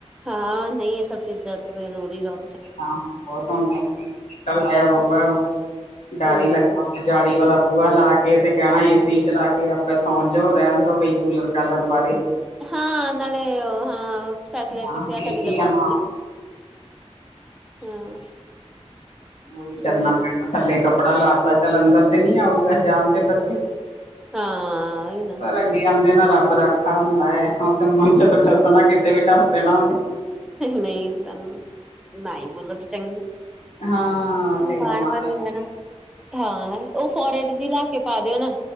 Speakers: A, in the centre; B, on the left.
A: ਹਾਂ, ਨਈ ੲੈ ਸਭ ਚੀਜ਼ਾਂ ਤੋ ਦੂਰੀ ਰੋ
B: ਆ, ਔਰ, ਫੋਣ, ਕੱਲ ਆਯਾ ਬੋਬਰ
A: ਹਾਂ
B: ਓ, ਡੱਰ
A: ਹੂੰ
B: ਈ ਲਗਦਾ ਜਾਲੀ ਵਾਲਾ ਬੂਆ ਲਾ ਕੇ ਤੇ ਕੈਣਾ ਯੀ ਏ ਸੀ ਚਲਾ ਕੇ ਆਪਾਂ ਸੌਂ ਜਾਓ, ਰੈਂਣ ਦੋ ਬਈ ਕੂਲਰ ਕਾਲਰ ਬਾਰੇ
A: ਹਾਂ, ਨਾਲੇ ਓ ਹਾਂ ਫੈਸਲੇਟੀ
B: ਹਾਂ ਵਿਹਲੀ
A: ਤੇ ੲੈ ਤਾਡੀ ਲਗਵਾਣ
B: ਆ ਨਾ
A: ਦੀ। ਹਾਂ।
B: ਓਈ
A: ਹੂੰ
B: ਕਰਨਾ ਪੈਣਾ, ਥੱਲੇ ਕੱਪੜਾ ਲਾ ਤਾ, ਚੱਲ ਅੰਦਰ ਤੇ ਨੀ ਆਊਗਾ, ਜਾਣ ਤੇ ਬਚੀ
A: ਹਾਂ, ੳਈ ਨਾ।
B: ਰਗੀ ਆਦੇ ਨਾ ਰੱਬ ਰੱਖਾ ਹੁੰਦਾ ੲੈ, ਹੋ ਤੇ ਮਜੇ ਤੇ ਡਸਣਾ ਕਿਤੇ ਵੀ ਡੱਸ ਦੇਣਾ ਓਨੇ
A: ਨਈ ਬਰਾਣ, ਨਾਈ ਬੋਲੋ ਤਾਂ ਚੰ
B: ਹਾਂ
A: ਓ
B: ਤੇ
A: ਬਾਰ
B: ਮਹਾਰਾਜ
A: ਵਾਰ ਨੀ ਰੈਂਣਾ, ਹਾਂ ਓ ਫੋਰ ਹੈਡ ਜਿਲਾ ਕੇ ਪਾ ਦਿਓ ਨਾ,